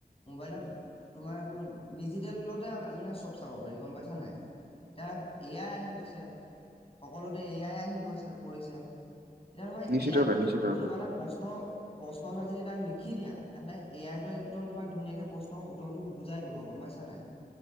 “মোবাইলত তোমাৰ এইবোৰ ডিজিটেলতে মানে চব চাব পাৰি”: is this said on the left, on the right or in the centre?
Left